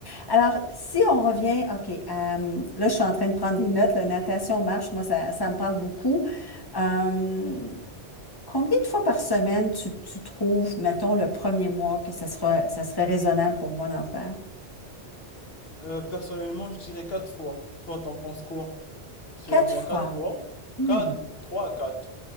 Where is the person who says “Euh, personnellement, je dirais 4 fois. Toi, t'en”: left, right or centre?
Left